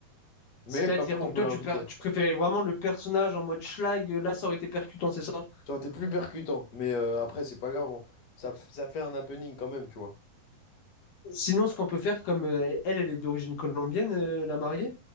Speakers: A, on the left (about 75°); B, on the left (about 55°).
A: Mais
B: C'est-à-dire,
A: quand même,
B: donc
A: on peut
B: toi,
A: l'inviter.
B: tu, pr- tu préférais vraiment le personnage en mode schlag, euh, là, ça aurait été percutant, c'est ça?
A: Ça aurait été plus percutant. Mais euh, après, c'est pas grave. on- ça, f- ça fait un happening quand même, tu vois.
B: Sinon, ce qu'on peut faire, comme euh, elle, elle est d'origine colombienne, euh, la mariée.